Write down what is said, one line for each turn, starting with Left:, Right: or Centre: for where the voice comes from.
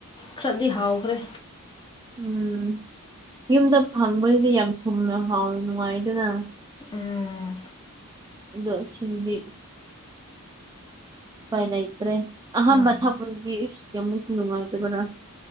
Left: ꯈꯔꯗꯤ ꯍꯥꯎꯈ꯭ꯔꯦ
Right: ꯎꯝ ꯌꯨꯝꯗ ꯐꯪꯕꯗꯨꯗꯤ ꯌꯥꯝ ꯊꯨꯝꯅ ꯍꯥꯎꯅ ꯅꯨꯡꯉꯥꯏꯗꯅ
Left: ꯎꯝ
Right: ꯗ ꯍꯤꯟꯗꯤ ꯎꯐꯥꯏ ꯂꯩꯇ꯭ꯔꯦ ꯑꯍꯥꯟꯕ
Left: ꯎꯝ
Right: ꯊꯥ ꯄꯨꯟꯒꯤ ꯀꯃꯨꯛꯁꯨ ꯅꯨꯡꯉꯥꯏꯇꯕꯅ